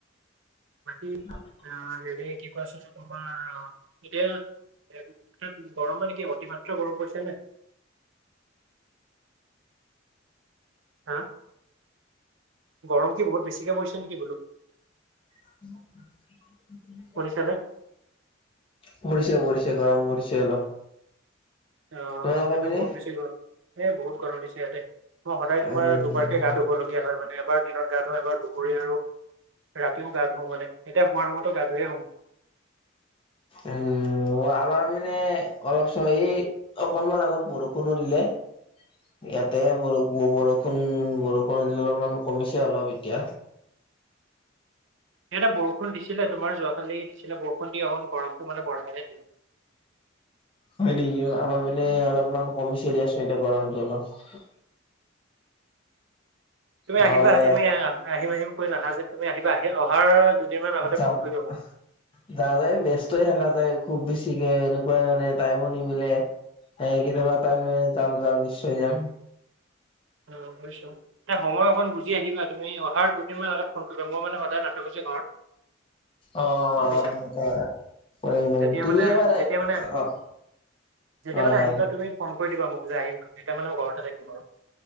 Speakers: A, on the right; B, on the left.
A: বাকী
B: <unintelligible>
A: আ হেৰি কি কোৱাচোন তোমাৰ কেতিয়া গৰম মানে কি অতিমাত্ৰা গৰম পৰিছে যে। হা? গৰম কি বহুত বেছিকৈ পৰিছে নেকি বোলো?
B: <unintelligible>
A: শুনিছানে?
B: পৰিছে পৰিছে গৰম পৰিছে অলপ।
A: অ
B: তোমালোকৰ
A: ইয়াতো
B: পিনে
A: বহুত বেছি গৰম। এ বহুত গৰম দিছে ইয়াতে। অ সদায়
B: উম,
A: তোমাৰ দুবাৰকে গা ধুবলগীয়া হয় মানে। এবাৰ দিনত গা ধোৱা এবাৰ দুপৰীয়া আৰু ৰাতিও গা ধু মানে। এতিয়া হোৱাৰ সময়তো গা ধুয়ে শুম।
B: উম, আমাৰ মানে অলপ চলপ এই অকনমান আগত বৰষুণো দিলে।
A: <inaudible>
B: ইয়াতে ব বৰষুণ বৰষুণ অলপমান কমিছে অলপ এতিয়া।
A: ইয়াতে বৰষুণ দিছিলে, তোমাৰ যোৱাকালি দিছিলে। বৰষুণ দি অকণ গৰমটো মানে বঢ়াইহে দিলে।
B: হয় নেকি? আমাৰ পিনে অলপমান কমিছে দিয়াচোন, এতিয়া গৰমতটো অলপ।
A: তুমি
B: নহ'লে
A: আহিবা। তুমি আহিম আহিম কৈ নাহা যে। তুমি আহিবা আহি অহাৰ দুদিনমান আগতে
B: যাম।
A: ফোন কৰিবা
B: <unintelligible>
A: মোক।
B: ব্যস্তই থাকা যায়। খুব বেছিকে এনেকুৱাই মানে টাইমো নিমিলে। হে কেতিয়াবা টাইম যাম যাম নিশ্চয় যাম।
A: অ', শুনিছোঁ। না সময় অকণ বুজি আহিবা, তুমি অহাৰ দুদিনমান আগত ফোন কৰিবা, মই মানে সদায় নাথাকো যে ঘৰত।
B: অ'
A: বুজিছা।
B: কৰিম কৰিম,
A: যেতিয়া
B: তুমি
A: মানে
B: এবাৰ
A: যেতিয়া
B: এ
A: মানে
B: অ'
A: যেতিয়া
B: হয়।
A: মানে আহিবা তুমি ফোন কৰি দিবা মোক, যে আহিম, তেতিয়া মানে মই ঘৰতে থাকিম আৰু।